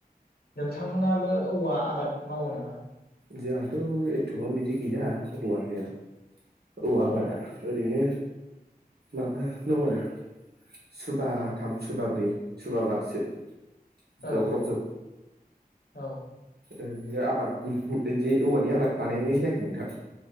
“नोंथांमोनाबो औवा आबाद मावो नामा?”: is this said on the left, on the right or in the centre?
Left